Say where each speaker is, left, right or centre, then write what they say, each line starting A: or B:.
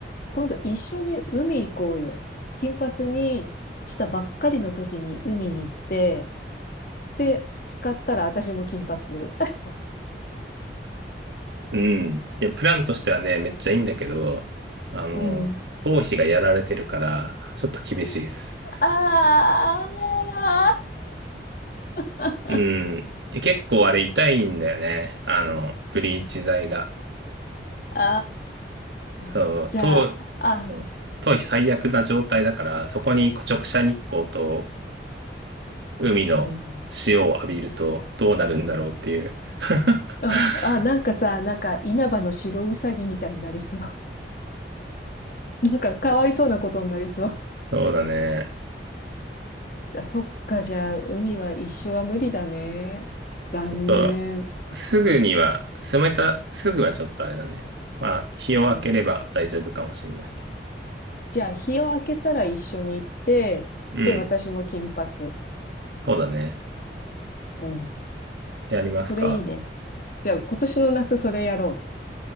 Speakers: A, on the left; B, on the right.
A: 今度一緒に海行こうよ。金髪にしたばっかりの時に海に行って、で、使ったら私も金髪。<laughs>
B: うん。いや、プランとしてはね、めっちゃいいんだけど、あの、
A: うん。
B: 頭皮がやられてるから、ちょっと厳しいっす。
A: ああ、
B: うん。
A: <laughs>
B: え結構あれ痛いんだよね。あの、ブリーチ剤が。
A: あ
B: そう。
A: あ、じゃあ、
B: 頭、
A: ああ、
B: そう頭皮最悪な状態だから、そこに直射日光と、海の潮を浴びるとどうなるんだろうっていう。
A: うん。
B: <laughs>
A: あ、あ、なんかさ、なんか稲葉の白うさぎみたいになりそう。<laughs> なんかかわいそうなことになりそう。
B: そうだね。
A: あそっか、じゃあ、海は一緒は無理だね。残念。
B: ちょっと、すぐには、冷めた、すぐはちょっとあれだね。まあ、日を明ければ大丈夫かもしんない。
A: うん。じゃあ、日を明けたら一緒に行って、
B: うん。
A: で、私も金髪。
B: そうだね。
A: うん。
B: やりますか。
A: それいいね。じゃあ、今年の夏それやろ